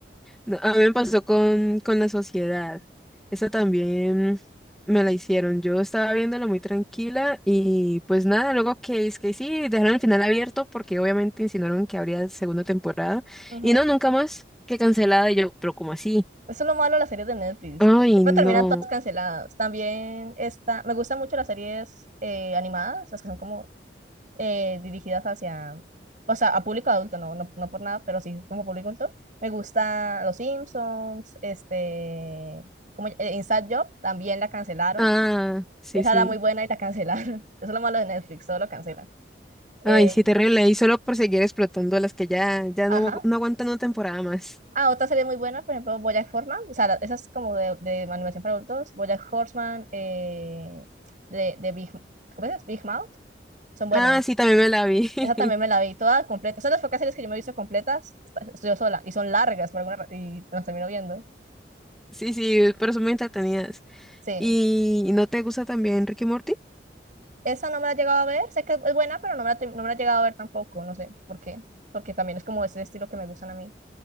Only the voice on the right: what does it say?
<laughs> Ujú.
Eso es lo malo de las series de Netflix,
siempre
terminan todas canceladas. También esta, me gustan mucho las series eh, animadas, las que son como eh, dirigidas hacia, o sea, a público adulto, no, no, no por nada, pero sí como público adulto. Me gusta Los Simpsons, este, como eh, Inside Job, también la cancelaron.
Ah.
Esa
era muy buena y la cancelaron. <laughs> Eso es lo malo de Netflix, todo lo cancelan. Eh,
ajá.
Ah, otra serie muy buena, por ejemplo, BoJack Horseman, o sea, la- esa es como de, de animación para adultos, BoJack Horseman, eh, de, de Big, ¿cómo es? Big Mouth, son buenas.
Esa también me la vi toda completa. Son las pocas series que yo me he visto completas, esta- estoy yo sola, y son largas por alguna ra- y me las termino viendo.
Sí.
Esa no me la he llegado a ver, sé que es buena, pero no me la, te- no me la he llegado a ver tampoco, no sé por qué, porque también es como ese estilo que me gustan a mí.